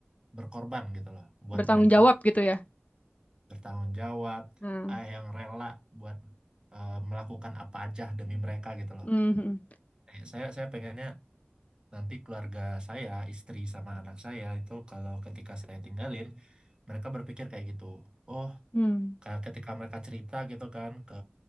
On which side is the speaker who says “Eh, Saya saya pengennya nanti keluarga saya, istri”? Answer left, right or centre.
Right